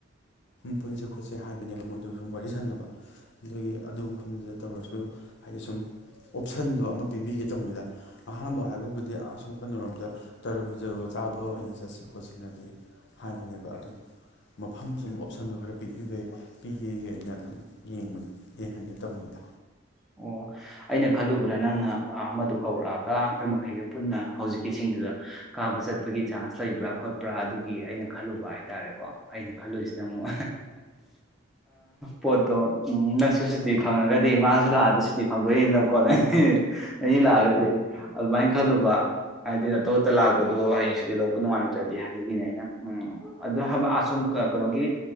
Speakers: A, on the left; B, in the centre.
A: ꯄꯨꯟꯁꯦ ꯈꯣꯠꯁꯦ ꯍꯥꯏꯕꯅꯦꯕ ꯃꯣꯏꯗ ꯁꯨꯝ ꯋꯥꯔꯤ ꯁꯥꯟꯅꯕ ꯑꯗꯨꯒꯤ ꯑꯗꯨ ꯃꯐꯝꯗꯨꯗ ꯇꯧꯔꯁꯨ ꯍꯥꯏꯗꯤ ꯁꯨꯝ ꯑꯣꯞꯁꯟꯗꯣ ꯑꯃ ꯄꯤꯕꯤꯒꯦ ꯇꯧꯕꯅꯤꯗ ꯑꯍꯥꯟꯕ ꯍꯥꯏꯕꯕꯨꯗꯤ ꯑꯁꯨꯝ ꯀꯩꯅꯔꯣꯝꯗ ꯇꯔꯨꯕꯨ ꯆꯔꯨ ꯆꯥꯕ ꯑꯣꯏꯅ ꯆꯠꯁꯤ ꯈꯣꯠꯁꯤꯅꯗꯤ ꯍꯥꯏꯕꯅꯦꯕ ꯑꯗ ꯃꯐꯝ ꯁꯨꯝ ꯑꯣꯞꯁꯟꯗꯣ ꯈꯔ ꯄꯤꯕꯤꯕꯩ ꯄꯤꯒꯒꯤ ꯑꯩꯅ ꯑꯗꯨꯝ ꯌꯦꯡꯕꯅꯦ ꯌꯦꯡꯍꯟꯒꯦ ꯇꯧꯕꯅꯤꯗ
B: ꯑꯣ ꯑꯩꯅ ꯈꯜꯂꯨꯕꯗ ꯅꯪꯅ ꯑꯃꯗꯨ ꯀꯧꯔꯛꯑꯒ ꯑꯩꯈꯣꯏ ꯃꯈꯩꯒ ꯄꯨꯟꯅ ꯍꯧꯖꯤꯛꯀꯤ ꯁꯤꯡꯗꯨꯗ ꯀꯥꯕ ꯆꯠꯄꯒꯤ ꯆꯥꯟꯁ ꯂꯩꯕ꯭ꯔꯥ ꯈꯣꯠꯄ꯭ꯔꯥ ꯑꯗꯨꯒꯤ ꯑꯩꯅ ꯈꯜꯂꯨꯕ ꯍꯥꯏ ꯇꯥꯔꯦꯀꯣ ꯑꯩꯅ ꯈꯜꯂꯨꯁꯤꯅ ꯑꯃꯨꯛ ꯄꯣꯠꯇꯣ ꯅꯪꯁꯨꯨ ꯁꯨꯇꯤ ꯐꯪꯉꯒꯗꯤ ꯃꯥ ꯂꯥꯛꯑꯗꯤ ꯁꯨꯇꯤ ꯐꯪꯗꯣꯏꯅꯤꯗꯕꯀꯣꯅ ꯑꯅꯤ ꯂꯥꯛꯑꯒꯗꯤ ꯑꯗꯨꯃꯥꯏꯅ ꯈꯜꯂꯨꯕ ꯍꯥꯏꯗꯤ ꯅꯇꯣ ꯉꯇ ꯂꯥꯛꯄꯗꯣ ꯍꯌꯦꯡ ꯁꯨꯇꯤ ꯂꯧꯕ ꯅꯨꯡꯉꯥꯏꯇ꯭ꯔꯗꯤ ꯍꯥꯏꯕꯒꯤꯅꯦ ꯑꯩꯅ ꯎꯝ ꯑꯗꯨ ꯑꯁꯨꯝ ꯀꯩꯅꯣꯒꯤ